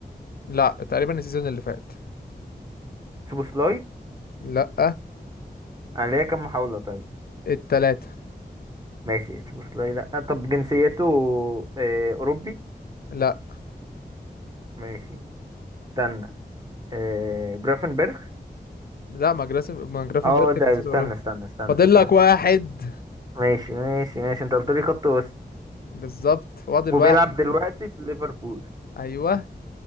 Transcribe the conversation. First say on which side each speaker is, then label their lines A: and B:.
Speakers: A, on the left; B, on the right.
A: لا تقريبا السيزون اللي فات
B: سوبوسلاي
A: لا
B: أنا ليا كام محاولة طيب
A: التلاتة
B: ماشي سوبوسلاي لا آه، طب جنسيته آه، أوروبي
A: لا
B: ماشي استنى آه، جرافنبرغ
A: لا ما جراسن ما جرافنبرخ
B: اه ده
A: نسيت
B: استنى
A: اوروبا
B: استنى استنى
A: فاضل
B: استنى
A: لك واحد
B: ماشي ماشي ماشي انت قلت لي خط وسط
A: بالظبط فاضل
B: وبيلعب
A: واحد
B: دلوقتي في ليفربول
A: ايوه